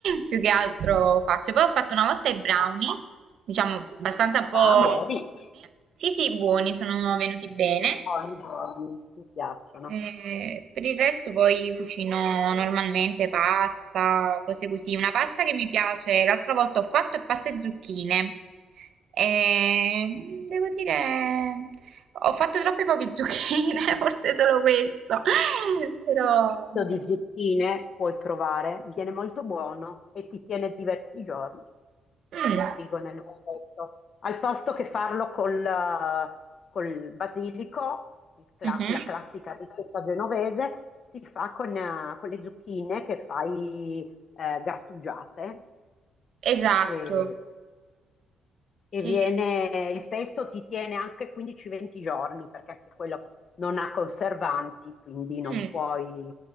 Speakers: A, on the right; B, on the left.
A: più che altro faccio. Poi ho fatto una volta i brownie,
B: Ma,
A: diciamo abbastanza un po'...
B: ma buoni,
A: Sì, sì, sì, buoni, sono venuti bene.
B: buoni, buoni, mi piacciono.
A: Eh, per il resto poi cucino normalmente pasta, cose così. Una pasta che mi piace, l'altra volta ho fatto è pasta e zucchine. E mm, devo dire, ho fatto troppe poche zucchine, <laughs> forse solo questo. <laughs> Però...
B: Il pesto di zucchine puoi provare, viene molto buono e ti tiene diversi giorni
A: Mm,
B: in frigo nel vasetto. Al posto che farlo col, eh, col basilico, il cla-
A: mhm,
B: la classica ricetta genovese, si fa con, eh, con le zucchine che fai eh, grattugiate
A: Esatto.
B: E
A: Sì,
B: e viene,
A: sì, sì. sì.
B: il pesto ti tiene anche 15-20 giorni perché anche quello non ha conservanti, quindi
A: Mm.
B: non puoi